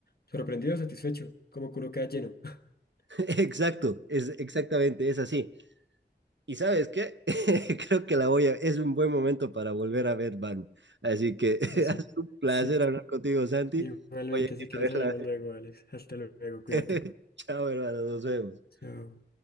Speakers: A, on the left; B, on the right.
A: sorprendido, satisfecho, como que uno queda lleno. <laughs>
B: <laughs> Exacto, es exactamente, es así. Y sabes qué, <laughs> creo que la voy a, es un buen momento para volver a ver Batman. Así que <laughs>
A: Eso.
B: ha sido un placer
A: Sí.
B: hablar contigo, Santi.
A: Igualmente,
B: Voy a ir
A: si quieres
B: a verla.
A: hablamos luego, Alex. Hasta luego, cuídate.
B: <laughs> Chao, hermano, nos vemos.
A: Chao.